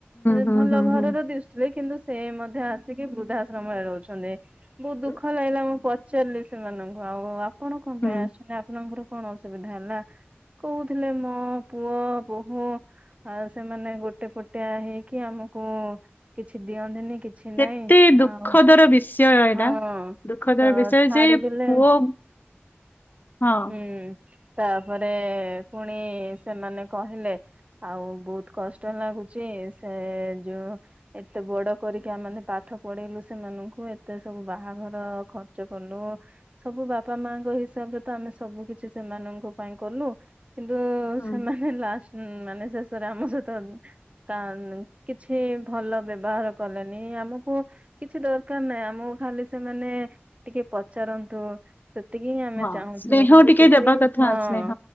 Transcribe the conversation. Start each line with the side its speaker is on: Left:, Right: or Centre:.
Right: ଏ ଯେ
Left: ହୁଁ
Right: ଭଲ
Left: ହୁଁ
Right: ଘରର
Left: ହୁଁ
Right: ଦିଶୁଥିଲେ କିନ୍ତୁ ସେ ମଧ୍ୟ ଆସିକି ବୃଦ୍ଧାଶ୍ରମରେ ରହୁଛନ୍ତି ବହୁତ
Left: ହୁଁ।
Right: ଦୁଃଖ ଲାଗିଲା ମୁଁ ପଚାରିଲି ସେମାନଙ୍କୁ ଆଉ ଆପଣ କଣ
Left: ହୁଁ
Right: ପାଇଁ ଆସଛନ୍ତି ଆପଣଙ୍କର କଣ ଅସୁବିଧା ହେଲା? କହୁଥିଲେ ମୋ ପୁଅ ବୋହୂ ଆଉ ସେମାନେ ଗୋଟେ ପଟିଆ ହେଇକି ଆମକୁ କିଛି ଦିଅନ୍ତିନି କିଛି ନାଇଁ
Left: କେତେ ଦୁଃଖଦର
Right: ଆଉ
Left: ବିଷୟ ଏଇଟା
Right: ହଁ
Left: ଦୁଃଖଦର
Right: ତ
Left: ବିଷୟ
Right: ଛାଡିଦେଲେ
Left: ଯେ ପୁଅ ହଁ।
Right: ହୁଁ ତାପରେ ପୁଣି ସେମାନେ କହିଲେ ଆଉ ବହୁତ କଷ୍ଟ ଲାଗୁଚ ସେ ଯୋଉ ଏତେ ବଡ କରିକି ଆମେ ପାଠ ପଢେଇଲୁ ସେମାନଙ୍କୁ ଏତେ ସବୁ ବାହାଘର ଖଚ୍ ର୍ଚ୍ଚ କଲୁ ସବୁ ବାପା ମାଙ୍କ ହିସାବରେ ତ ଆମେ ସବୁ କିଛି ସେମାନଙ୍କ ପାଇଁ କଲୁ କିନ୍ତୁ
Left: ହୁଁ
Right: ସେମାନେ ଲାସ ମାନେ ଶେଷରେ ଆମ ସହିତ ତା କିଛି ଭଲ ବ୍ୟବହାର କଲେନି ଆମକୁ କିଛି ଦରକାର ନାହିଁ ଆମକୁ ଖାଲି ସେମାନେ ଟିକେ ପଚାରନ୍ତୁ। ସେତିକି ହିଁ ଆମେ
Left: ହଁ
Right: ଚାହୁଁଥିଲୁ
Left: ସ୍ନେହ
Right: କିନ୍ତୁ
Left: ଟିକେ
Right: ସେତିକି
Left: ଦେବା କଥା
Right: ହଁ
Left: ସ୍ନେହ